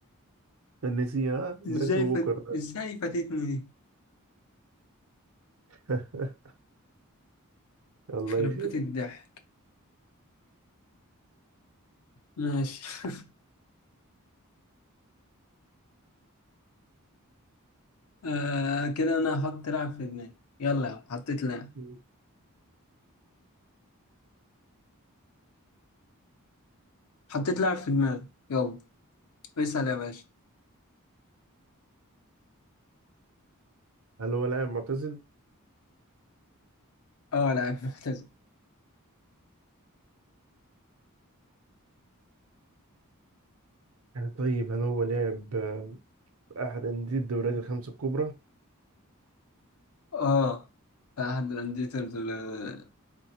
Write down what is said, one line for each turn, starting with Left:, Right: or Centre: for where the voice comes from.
Right: نسيها
Left: ازاي
Right: ناسي ووكر
Left: فت...
Right: ده
Left: ازاي فاتتني دي؟
Right: <laughs> الله
Left: خربت
Right: يخير
Left: الضحك ماشي <laughs> آه كده انا هحط لاعب في دماغي يلا يا عم، حطيت لاعب
Right: مم.
Left: حطيت لاعب في دماغي يلا اسأل يا باشا
Right: هل هو لاعب معتزل؟
Left: اه لاعب محترف
Right: آه، طيب هل هو لاعب آه، في أحد أندية الدوريات الخمسة الكبرى؟
Left: اه في احد الاندية ال-